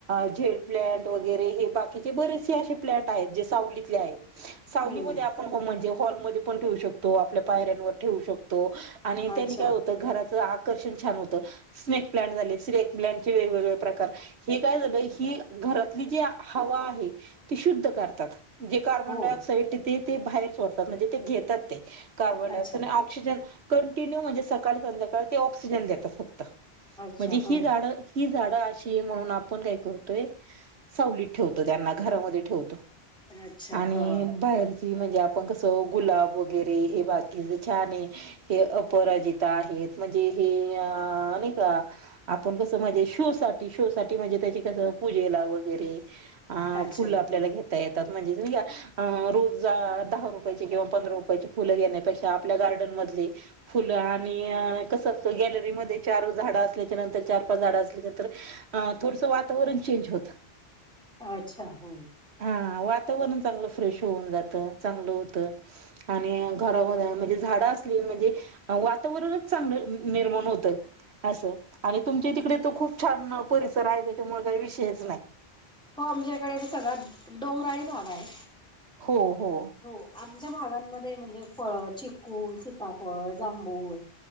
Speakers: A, on the right; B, in the centre.
A: झेड प्लांट वगैरे हे बाकीचे बरेचसे असे प्लांट आहेत जे सावलीतले आहेत सावलीमध्ये
B: हम्म
A: आपण होम म्हणजे हॉल मधील पण ठेऊ शकतो आपल्या पायऱ्यांवर ठेऊ शकतो आणि
B: अच्छा
A: त्यांनी काय होत घराच आकर्षण छान होतं. स्नेक प्लांट झाले स्नेक प्लांटचे वेगवेगळे प्रकार हे काय झालं ही घरातली जी हवा आहे ती शुद्ध करतात जे कार्बन
B: हो
A: डाय ऑक्साइड ते बाहेर सोडतात म्हणे ते घेतात ते कार्बन डायऑक्साइड
B: अच्छा
A: आणि ऑक्सि ऑक्सिजन कंटिन्यू म्हणजे सकाळी संध्याकाळी ते ऑक्सिजन देतात फक्त
B: अच्छा
A: म्हणजे
B: हम्म.
A: ही झाडं ही झाडं अशी आहे म्हणून आपण काय करतोय सावलीत ठेवतो त्यांना घरामध्ये ठेवतो.
B: अच्छा
A: आणि
B: हा
A: बाहेरची म्हणजे आपण कसं गुलाब वग गेरे हे बाकी
B: हम्म
A: छान आहे हे अपराजित आहेत म्हणजे हे अ नाही का आपण कसं म्हणजे शो साठी शो साठी म्हणजे त्याची कसं पूजेला वगैरे अ
B: अच्छा
A: फुलं आपल्याला
B: ह.
A: घेता येतात म्हणजे तुम्ही का अ रोज दहा रुपयाची किंवा पंधरा रुपयाची फुलं घेण्यापेक्षा आपल्या गार्डन मधले फुलं आणि कसं असतं गॅलरीमध्ये चार झाडं असल्याच्या नंतर चार पाच झाडं असल्यानंतर अ थोडसं वातावरण चेंज होतं.
B: अच्छा! हम्म.
A: हां वातावरण चांगलं फ्रेश होऊन जातं चांगलं होतं.
B: हम्म
A: आणि घरामध्ये म्हणजे झाड अस क्लीन म्हणजे वातावरणच चांगलं निर्माण होतं अस तुमच्या तिकडे तर खूप छान परिसर आहे त्याच्यामुळे काही विषयच नाही.
B: हो आमच्या इकडे सगळा डोंगराळी भाग आहे.
A: हो हो.
B: हो आमच्या भागांमध्ये म्हणजे फळ चिकू, सीताफळ, जांभूळ